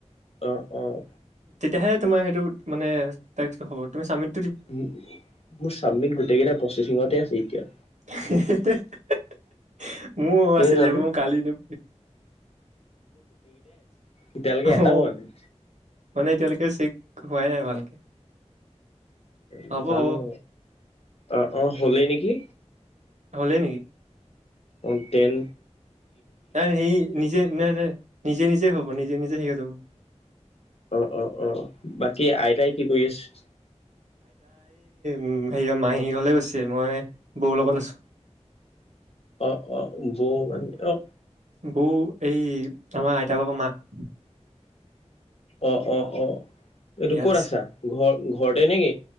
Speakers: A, on the left; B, on the right.
A: অহ অহ।
B: তেতিয়াহে তোমাৰ সেইটো মানে টাস্কটো হ'ব তুমি স্বামি-
A: উ মোৰ চাবমিট গোটেই কেইটা প্ৰচেচিঙতে আছে এতিয়া।
B: <unintelligible> মোৰ
A: কেলে
B: আছিলে
A: জানো
B: মোৰ কালি নে
A: এতিয়ালেকে
B: অ
A: এটা হোৱা নাই।
B: মানে এতিয়ালৈকে চেক হোৱাই নাই ভালকে। হ'ব
A: নাজানো
B: হ'ব
A: অ অ হলেই নেকি?
B: হ'লে নেকি?
A: অন্তেন
B: নাই নাই সেই নিজে নাই নাই নিজে নিজে হ'ব নিজে নিজে সেই হৈ যাব।
A: অ অ অ বাকী আইতাই কি কৰি আছ-
B: উ হেয়া মাহী ঘলে গৈছে মই বৌ লগত আছো।
A: অ অ বৌ মানে অ
B: বৌ এই আমাৰ আইত ভাগৰ মাক।
A: অ অ অ এইটো
B: ইয়াত
A: ক'ত
B: আছে
A: আছা ঘৰ ঘৰতে নেকি?